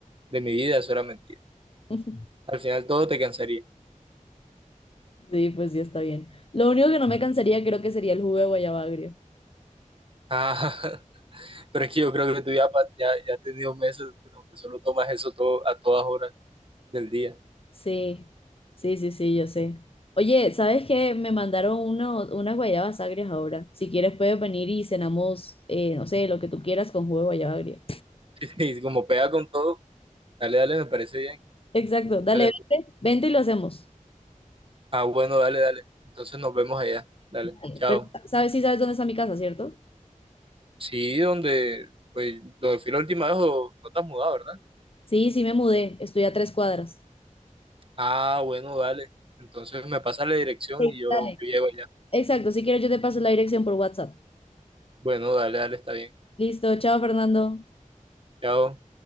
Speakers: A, on the right; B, on the left.
A: de mi vida, eso era mentira.
B: <laughs>
A: Al final todo te cansaría.
B: Sí, pues sí, está bien. Lo único que no me cansaría creo que sería el jugo de guayabagria.
A: Ah, <laughs> pero es que yo creo que tú ya, pa- ya, ya has tenido meses donde solo tomas eso todo, a todas horas del día.
B: Sí, sí, sí, sí, yo sé. Oye, ¿sabes qué? Me mandaron unos, unas guayabas agrias ahora. Si quieres puedes venir y cenamos, eh, no sé, lo que tú quieras con jugo de guayaba agria.
A: <laughs> Y como pega con todo, dale, dale, me parece bien.
B: Exacto, dale,
A: Dale.
B: vente, vente y lo hacemos.
A: Ah, bueno, dale, dale. Entonces nos vemos allá. Dale,
B: Dale.
A: chao.
B: Pero, ¿sabes? Sí sabes dónde está mi casa, ¿cierto?
A: Sí, donde, pues, donde fui la última vez, o- no te has mudado, ¿verdad?
B: Sí, sí me mudé, estoy a tres cuadras.
A: Ah, bueno, dale. Entonces me pasa la dirección
B: Sí.
A: y yo,
B: Dale.
A: yo llego allá.
B: Exacto, si quieres yo te paso la dirección por WhatsApp.
A: Bueno, dale, dale, está bien.
B: Listo, chao Fernando.
A: Chao.